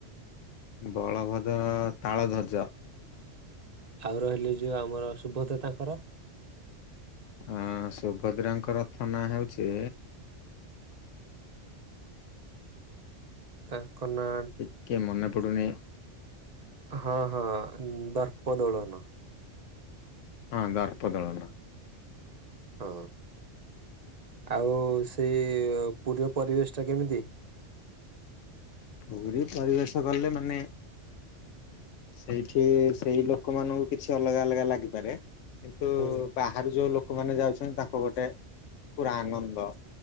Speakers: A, on the left; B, on the right.
A: ବଳଭଦ୍ର ତାଳ ଦ୍ୟୋଜ।
B: ଆଉ ରହିଲି ଯୋଉ ଆମର ସୁଭୋଦ୍ରା ତାଙ୍କର।
A: ଅ ସୁଭଦ୍ରାଙ୍କ ରଥ ନା ହଉଛି।
B: ତାଙ୍କ ନା।
A: ଟିକେ ମନପଡୁନି।
B: ହଁ ହଁ ଦର୍ପ ଦୋଳନ।
A: ହଁ ଦର୍ପ ଦଳନ।
B: ହଁ ଆଉ ସେଇ ପୁରୀର ପରିବେଶ ଟା କେମିତି?
A: ପୁରୀ ପରିବେଶ କଲେ ମାନେ ସେଇଠି ସେଇ ଲୋକମାନଙ୍କୁ କିଛି ଅଲଗା ଅଲଗା ଲାଗିପାରେ କିନ୍ତୁ
B: ହୁଁ
A: ବାହାରୁ ଯୋଉ ଲୋକମାନେ ଯାଉଛନ୍ତି ତାଙ୍କ ଗୋଟେ ପୁରା ଆନନ୍ଦ